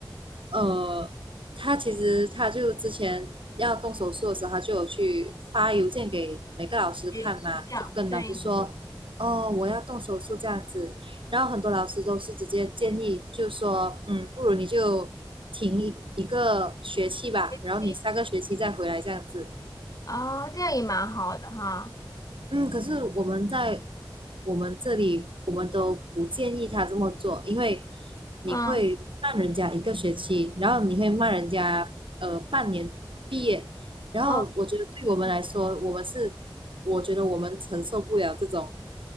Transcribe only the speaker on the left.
学学校，
对，
学期。
哦，这样也蛮好的哈。
嗯，
哦，